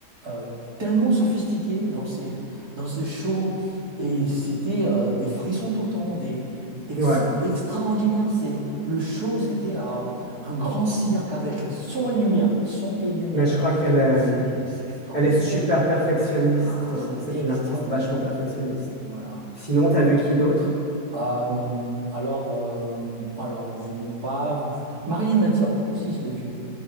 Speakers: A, on the right; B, on the right.
A: euh, tellement sophistiquée dans ses, dans ses shows, et c'était euh, des frissons tout le temps, des ex-
B: ouais,
A: extraordinaires. C'est, le show, c'était un grand cirque avec son et lumière. Son et lumière,
B: mais je crois qu'elle est,
A: c'est c'est extraordinaire.
B: elle est super perfectionniste.
A: Ah,
B: hein.
A: c'est
B: C'est
A: extraordinaire.
B: une artiste vachement perfectionniste.
A: Voilà.
B: Sinon, t'as vu qui d'autre?
A: Euh, alors, euh, alors, je n'ai pas... vu- Marilyn Manson, aussi, je l'ai vu.